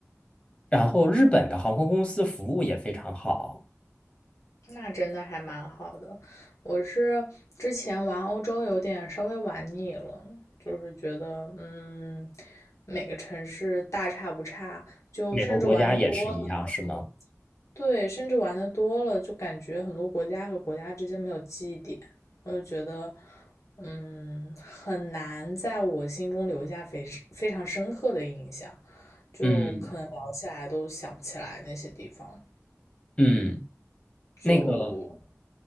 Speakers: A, on the left; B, on the left.
A: 然后日本的航空公司服务也非常好，
B: 那真的还蛮好的。我是之前玩欧洲有点稍微玩腻了，就是觉得嗯，每个城市大差不差，就甚至玩的多了，
A: 每个国家也是一样，是吗？
B: 对，甚至玩的多了，就感觉很多国家和国家之间没有记忆点，我就觉得嗯，很难在我心中留下非非常深刻的印象，就可能聊起来都想不起来那些地方，
A: 嗯嗯，那个
B: 就